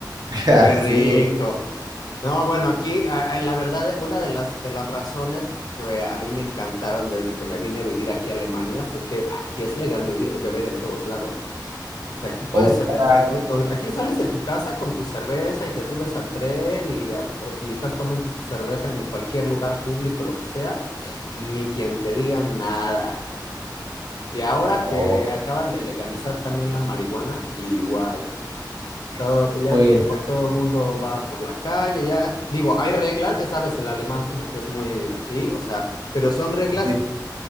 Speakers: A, on the right (about 55°); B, on the left (about 60°).
A: <laughs>
B: qué
A: Así,
B: rico. No, bueno, aquí a- a- la verdad, una de las, de las razones que a mí me encantaron desde que me vine a vivir aquí a Alemania fue que aquí es legal vivir- beber en todos lados. O sea, aquí puedes,
A: hostia.
B: a- a- aquí sales de tu casa con tu cerveza y te subes al tren y, y estás tomando tu cerveza en cualquier lugar público, lo que sea, ni quien te diga nada. Y ahora que
A: oh,
B: acaban de legalizar también la marihuana, igual. Todo, ya
A: pues.
B: por todo mundo va por la calle, ya, digo, hay reglas, ya sabes, el alemán como que es muy así, o sea, pero son reglas,
A: sí,